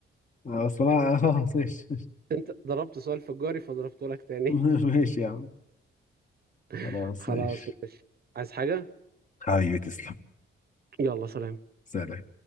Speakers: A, on the left; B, on the right.
A: اصل انا اه ماشي
B: <laughs> انت ضربت سؤال في الجوهري فضربته لك تاني
A: <laughs> ماشي يا عم خلاص
B: <laughs> خلاص
A: ماشي
B: عايز حاجة؟
A: حبيبي تسلم
B: يلا سلام
A: سلام